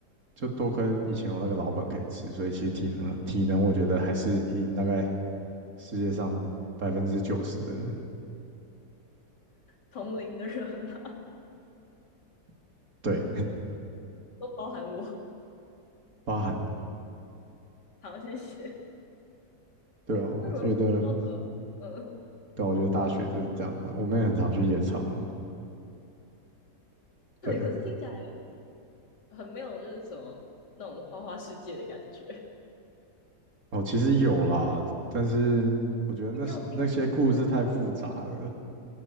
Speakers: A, on the right; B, on the left.
A: 就多亏以前有那个老本可以吃，所以其实体能体能我觉得还是赢大概世界上百分之九十的人，
B: 同龄的人嘛，
A: <laughs> 对，
B: <laughs> 都包含我。
A: 包含
B: 好，谢谢。
A: 对啊，我觉得。
B: 我以为会听到什么，嗯，
A: 对啊我觉得大学就是这样的啊，我们也很常去夜场啊。对，
B: 对，可是听起来很没有就是什么那种花花世界的感觉。
A: 哦，其实有啦，但是我觉得那些那些故事太复杂了，
B: <laughs> 要听的那个，